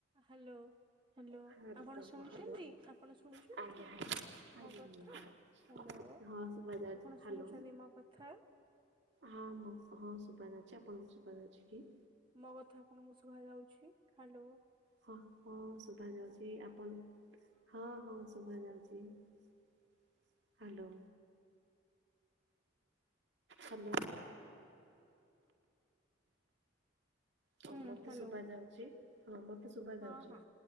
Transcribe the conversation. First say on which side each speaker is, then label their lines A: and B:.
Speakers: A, on the right; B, on the right.
A: Hello. Hello
B: hello
A: ଆପଣ ଶୁଣୁଛନ୍ତି
B: hello
A: ଆପଣ ଶୁଣୁଛନ୍ତି
B: ଆଜ୍ଞା ଆଜ୍ଞା ଆଜ୍ଞା।
A: ମୋ କଥା? ହ୍ୟାଲୋ
B: ହଁ ଶୁଭା ଯାଉଛି
A: ଆପଣ
B: ହାଲୋ
A: ଶୁଣୁଛନ୍ତି ମୋ କଥା?
B: ହଁ ମୁଁ ହଁ ସୁବାଯାଉଛି ଆପଣଙ୍କୁ ସୁବାଯାଉଛି କି?
A: ମୋ କଥା ଆପଣଙ୍କୁ ଶୁଭା ଯାଉଛି? ହ୍ୟାଲୋ
B: ହଁ ହଁ ଶୁଭା ଯାଉଛି। ଆପଣ ହଁ ହଁ ଶୁଭ ଯାଉଛି। ହ୍ୟାଲୋ ହାଲୋ ହ
A: ହୁଁ
B: ମତେ
A: ହ୍ୟାଲୋ
B: ଶୁଭ ଯାଉଛି। ହଁ ମତେ ଶୁଭା
A: ହଁ
B: ଯାଉଛି।
A: ହଁ